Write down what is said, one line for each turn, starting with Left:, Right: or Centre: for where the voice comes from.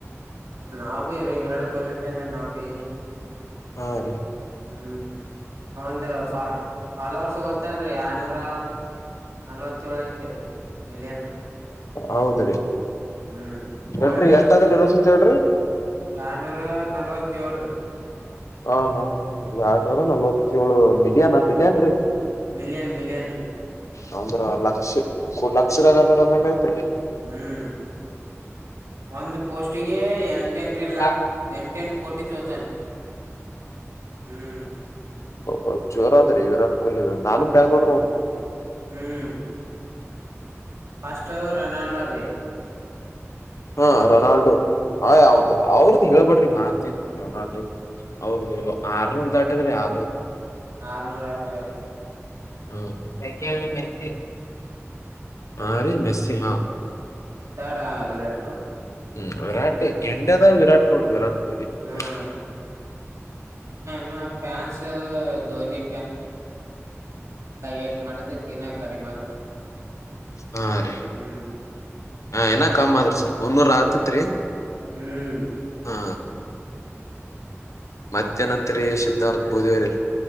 Right: ನಾವ ಭ ಇೀ ವಿರಾಟ್ ಕೊಹ್ಲಿ ಪನೆ ನಾವವು ಹ
Left: ಹಾ ರೀ
Right: ಹ್ಮ್ ಒಂದ ಫಾಲ ವರ್ಷ ಗೊತ್ತಲ್ರಿ ಆರ್ನೂರ ನಲ್ವತ್ತಏಳು ಐತಿರಿ ಮಿಲಿಯನ್
Left: ಹೌದ್ರೀ
Right: ಹ್ಮ್
Left: ಎಲ್ರಿ
Right: ಓಲ್ಡ್ನಾಗ
Left: ಎಷ್ಟಾದ್ರೆ ಎ ಅಂತ ಹೇಳ್ರಿ
Right: ಎರಡ್ನೂರ ನಲ್ವತ್ತೇಳ್ರಿ
Left: ಹ ಹಾ ಹ
Right: ಹ್ಮ್
Left: ಆಟವರ ನಲವತ್ತು <unintelligible> ಇವಳು ಮಿಲಿಯಾನ ಬಿಲಿಯನ್ರೀ
Right: ಮಲಿಯನ್ ಮಲಿಯನ್ ರ
Left: ಹಂದ್ರ ಲಕ್ಷ ಲಕ್ಷದಾಗದ್ರಂಗ ಯತರಿ
Right: ಹ್ಮ್ ಒಂದು ಪೋಸ್ಟಿಗೆ ಎಂಟ ಎಂಟ್ರಿ ಲಾಕ್
Left: ಹಾ
Right: ಎಂಟ ಎಂಟ ಕೋಟಿ ತೋತಾನೆ ಹ್ಮ
Left: ಬಾ ಜೋರ ಅದ್ರಿ ವಿರಾಟ್ ಕೊಹ್ಲಿ ನಾನು ಬ್ಯಾಲ್ ನೋಡ್ರಿ ಅವ್
Right: ಹ್ಮ್ ಫಸ್ಟ್ ರೊನಾಲ್ಡೋ ಅ ರ
Left: ಹಾ ರೊನಾಲ್ಡೊ ಆ ಅವಾವ್ದ ಅವ್ರದ್ದು ಹೇಳ್ಬಡ್ರಿ ಮಾತೇನ್ ರೊನಾಲ್ಡೋ ಅವೌ್ರದು ಆರ್ನೋ ಅ ಅಂದರೆ ಆ
Right: ಆರನೂರ ಆತ್
Left: ಹ್ಮ್ ಮೆಸ ಹಾ ರ ಮೆಸ ಹಾ
Right: ತ ಸ್ನ
Left: ಹ್ಮ್ ವಿರಾಟ್ ಎೇದಾ ವಿರಾಟ ತೋಡ್ ವಿರಾಟ್ ಕೊಹ್ಲಿ
Right: ಹ್ಮ ನ್ನ ಫ್ಯಾನ್ಸ್ ಧವನಿ ಏಟ್ ಮಾಡಿದಕ್ ಇನ್ನ ಕಡಿಮೆ ಆದ್ರ
Left: ಹಾ ರೀ
Right: ಹ್ಮ್
Left: ಹ ಏನ ಕಮ್ಮ್ ಆದ್ರಿ ಒನ್ನೂರ ಆತತ್ರಿ
Right: ಹ್ಮ್
Left: ಹಾ ಮಧ್ಯ್ಯಾನತ್ರಿ ಸಿದ್ಧಾರ್ಥ ಬೂದವರಿ